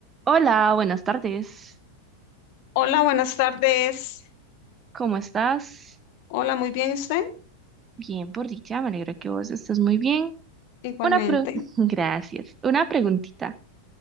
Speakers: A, on the right; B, on the left.
A: Hola, buenas tardes.
B: Hola, buenas tardes.
A: ¿Cómo estás?
B: Hola, muy bien usted,
A: Bien, por dicha, me alegra que vos estés muy bien.
B: igualmente.
A: Una pre- <laughs> Gracias. Una preguntita.